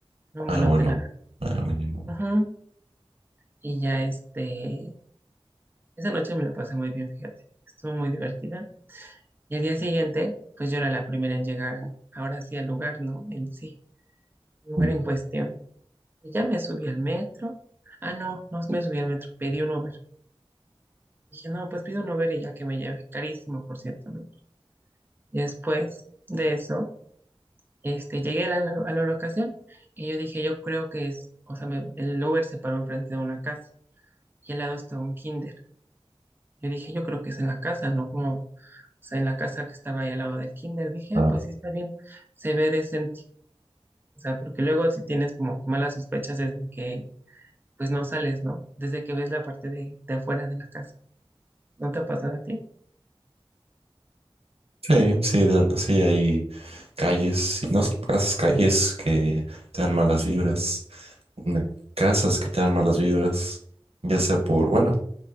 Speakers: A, on the right; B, on the right.
A: en un
B: Ah,
A: buen
B: bueno,
A: hotel.
B: ah, mínimo.
A: Ajá. Y ya este, esa noche me la pasé muy bien, fíjate. Estuvo muy divertida. Y el día siguiente, pues yo era la primera en llegar, ahora sí al lugar, ¿no? En sí. lugar
B: Mm.
A: en cuestión. Y ya me subí al metro. Ah, no, no me subí al metro, pedí un Uber. Dije, no, pues pido un Uber y ya que me lleve. Carísimo, por cierto. el Uber. Y después de eso, este, llegué a la, a la locación y yo dije, yo creo que es, o sea, me- el Uber se paró enfrente de una casa y al lado estaba un kinder. Yo dije, yo creo que es en la casa, ¿no? Como, o sea, en la casa que estaba ahí al lado del kinder. Dije,
B: Ah,
A: ah, pues sí está bien, se ve decente. O sea, porque luego si tienes como malas sospechas desde que pues no sales, ¿no? Desde que ves la parte de, de afuera de la casa. ¿No te ha pasado a ti?
B: Sí, sí, de- sí hay calles, y no son casas, calles que te dan malas vibras. una- casas que te dan malas vibras, ya sea por, bueno,